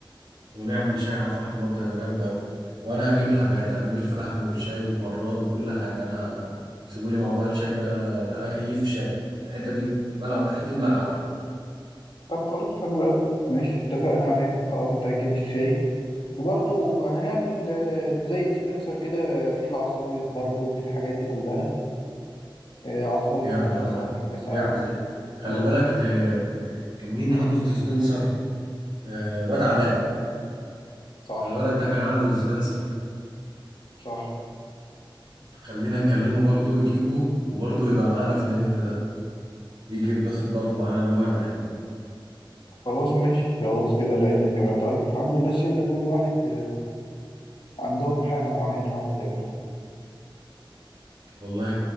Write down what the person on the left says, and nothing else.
طب خلاص حلو أوي ماشي اتفقنا عليها خلاص أنت هتجيب الشاي وبرضه هنعمل آه، زي ديسبنسر كده فيه العصاير برضه وفيه الحاجات دي كلها آه، عصاير
بقى
مثلا
حاجة ساقعة
اه
صح
صح
خلاص ماشي خلاص كده لقينا يا جماعة طيب الحمد لله الشله كل واحد عندهم حاجة معينة هو تعملوها